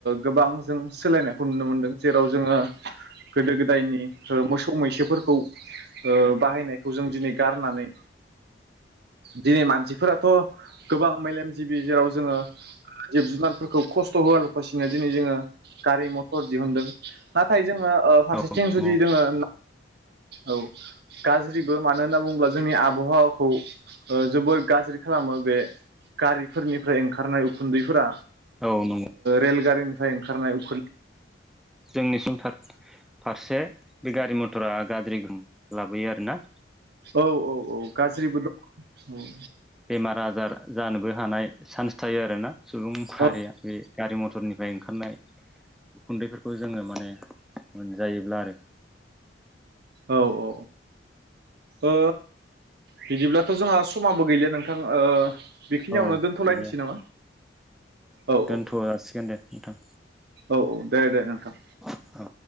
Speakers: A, on the right; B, in the centre.
A: गोबां जों सोलायनायखौ नुनो मोनदों। जेराव जोंङो गोदो गोदायनि ओ मोसौ मैसोफोर खौ ओ बाहायनायखौ जों दिनै गारनानै दिनै मानसिफोराथ' गोबां मेलेमजिबि जेराव जोंङो जिब जुनारफोरखौ खस्थ' होआलफासिनो दिनै जोङो गारि मथर दिहुनदों नाथाय जोङो फारसेथिं
B: औ नंगौ
A: जुदि जोङो औ गाज्रिबो मानो होनना बुंङोब्ला जोंनि आबहावाखौ ओ जोबोर गाज्रि खालामो बे गारिफोरनिफ्राय ओंखारनाय उखुन्दैफोरा।
B: औ नंगौ
A: रेलगारिनिफ्राय ओंखारनाय उखुन
B: जोंनिसिम फारसे। बे गारि मथरा गाज्रि लाबोयो आरो ना।
A: औ औ औ गाज्रिबो दं औ।
B: बेमार आजार जानोबो हानाय चान्स थायो आरोना सुबुं माहारिया
A: औ
B: बे गारि मथरनि फ्राय ओंखारनाय उखुन्दै खौ जोंङो माने मोनजायोब्ला आरो।
A: औ औ। ओ बिदिब्लाथ' जोंहा समाबो गैले नोंथां ओ बेखिनियावनो
B: औ
A: दोन्थ'लायनोसै
B: गैलिया
A: नामा? औ
B: दोनथ'
A: औ
B: जासिगोन दे नोंथां
A: औ औ दे दे नोंथां।
B: औ।